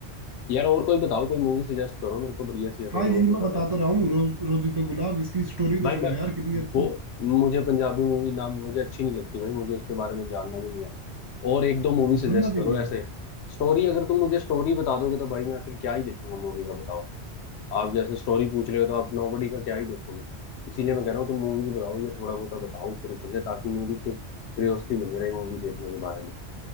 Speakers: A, on the left; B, on the right.
A: यार और कोई बताओ कोई मूवी सजेस्ट करो मेरे को बढ़िया सी अगर
B: हाँ
A: तुम्हें
B: यही
A: कोई
B: मैं
A: पता
B: बता
A: था
B: तो रहा हूँ रोज रोजी तो गुलाब इसकी स्टोरी तो
A: भाई
B: सुनो
A: मैं
B: यार कितनी अच्छी
A: वो मुझे पंजाबी मूवी नाम मुझे अच्छी नहीं लगती भाई मुझे उसके बारे में जानना भी नहीं है और एक दो मूवी सजेस्ट
B: जानना भी
A: करो
B: नहीं
A: ऐसे स्टोरी अगर तुम मुझे स्टोरी बता दोगे तो भाई मैं फिर क्या ही देखूंगा मूवी का बताओ आप जैसे स्टोरी पूछ रहे हो तो आप नोबडी का क्या ही देखोगे इसीलिए मैं कह रहा हूँ तुम मूवीज बताओ ये थोड़ा बहुत बताओ ऊपर ऊपर से ताकि मूवी की क्यूरियोसिटी बनी रहे मूवी देखने के बारे में